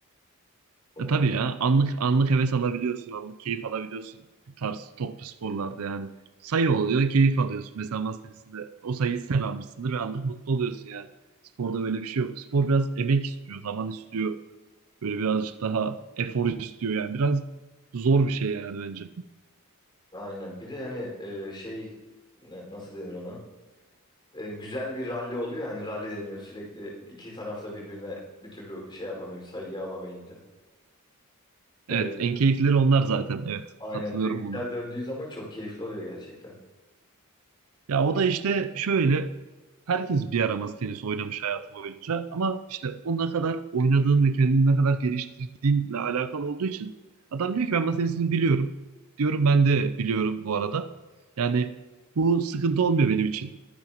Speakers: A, on the left; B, on the right.
A: O-
B: E tabii
A: o-
B: ya anlık anlık heves alabiliyorsun, anlık keyif alabiliyorsun bu tarz toplu sporlarda yani. Sayı oluyor, keyif alıyorsun. Mesela masa tenisinde o sayıyı sen almışsındır ve anlık mutlu oluyorsun yani. Sporda böyle bir şey yok. Spor biraz emek istiyor, zaman istiyor. Böyle birazcık daha efor istiyor yani. Biraz zor bir şey yani bence.
A: aynen bir de hani e, şey ne- nasıl denir ona? E, güzel bir ralli oluyor ya, hani ralli deniyor sürekli iki tarafta birbirine bir türlü şey yapamıyor sayıyı alamayınca. E,
B: Evet, en keyifleri onlar zaten. Evet,
A: aynen
B: katılıyorum
A: oyun
B: buna.
A: güzel döndüğü zaman çok keyifli oluyor gerçekten.
B: Ya o da işte şöyle herkes bir ara tenis oynamış hayatı boyunca ama işte o ne kadar oynadığın ve kendini ne kadar geliştirdiğinle alakalı olduğu için adam diyor ki ben masa tenisini biliyorum. Diyorum ben de biliyorum bu arada. Yani bu sıkıntı olmuyor benim için.